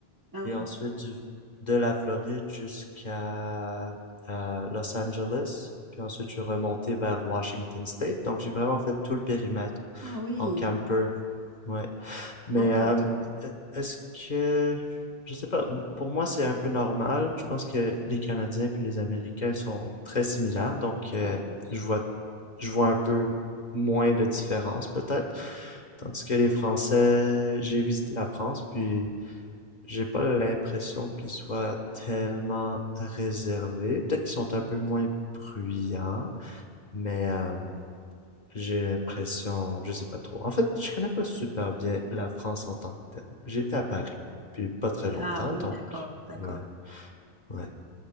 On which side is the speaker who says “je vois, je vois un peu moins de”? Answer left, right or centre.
Left